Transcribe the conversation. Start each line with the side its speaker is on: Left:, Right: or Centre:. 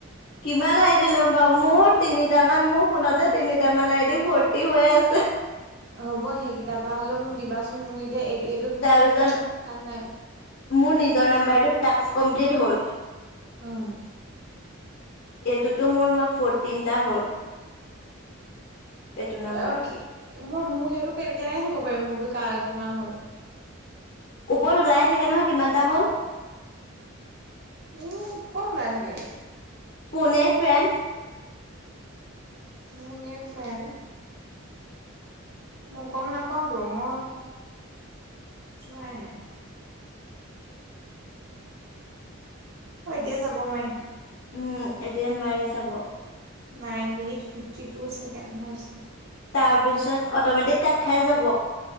Left: কিমান আহ ল'ম বাৰু মোৰ তিনিট মান মোৰ ফোনতে তিনি তাৰ মানে এদি ফৰ্তি হৈ আছে।
Right: হ'ব সেইকেইটাৰ পৰা হলেও মোক দিবাচোন। মোৰ এতিয়া এইটোত
Left: তাৰপিছত
Right: মোৰ কাম নাই।
Left: মোৰ নিজৰ নাম্বাৰটোত টাস্ক কমপ্লিট হ'ল।
Right: উম,
Left: এইটোতো মোৰ ম ফৰটিনটা হ'ল। এইটো নাম্বাৰ
Right: অ কি মই মোৰ সেইটো কেনে -কেনেকে চাব পাৰি মোৰতো ক কিমান হ'ল।
Left: ওপৰত ওলাইে থাকে নহয় কিমানটা হ'ল।
Right: উম, কত ওলাই থাকে।
Left: পুনে ফেণ্ড।
Right: মন ফন মই গম নাপাওতো মই চোৱাইনাই অ, এতিয়া চাব নোৱাৰিম।
Left: উম, এতিয়া নোৱাৰি চাব।
Right: Nine minute fifty two second হৈছে।
Left: তাৰপিছত অট'মেটিক কাত খাই যাব।